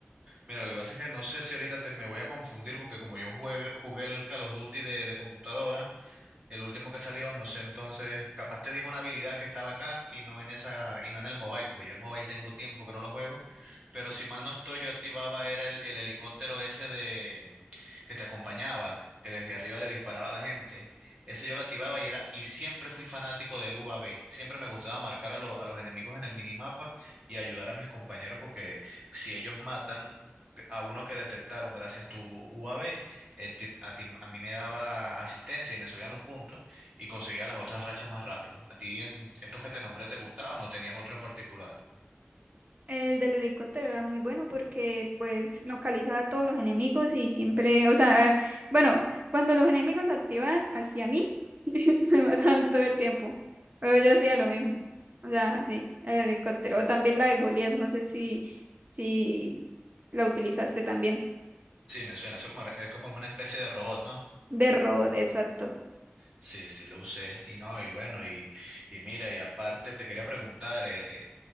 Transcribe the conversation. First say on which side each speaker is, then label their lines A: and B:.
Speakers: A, on the right; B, on the right.
A: mira, lo que pasa es que no sé si ahorita te, me voy a confundir porque como yo jugué, jugué el Call of Duty de, de computadora, El último que salió, no sé, entonces, capaz te digo una habilidad que estaba acá y no en esa, y no en el mobile, porque yo el mobile tengo tiempo que no lo juego, pero si mal no estoy, yo activaba era el, el helicóptero ese de que te acompañaba, que desde arriba le disparaba a la gente. Ese yo lo activaba y era, y siempre fui fanático del U A V Siempre me gustaba marcar a, lo- a los enemigos en el minimapa y ayudar a mis compañeros porque si ellos matan, a uno que detectaron gracias a tu UAB, eh, ti- a, ti- a mí me daba asistencia y me subían los puntos y conseguía las otras rachas más rápido. ¿A ti en estos que te nombré te gustaban o tenías otro en particular?
B: El del helicóptero era muy bueno porque pues localizaba a todos los enemigos y siempre, o sea, bueno, cuando los enemigos lo activaban hacia mí, <laughs> me mataban todo el tiempo. Pero yo hacía lo mismo. O sea, sí, el helicóptero. O también la de Goliath, no sé si, si la utilizaste también.
A: Sí, me suena, eso como, es como una especie de robot, ¿no?
B: De robot, exacto.
A: Sí, sí, lo usé y no, y bueno, y, y mira, y aparte te quería preguntar, eh,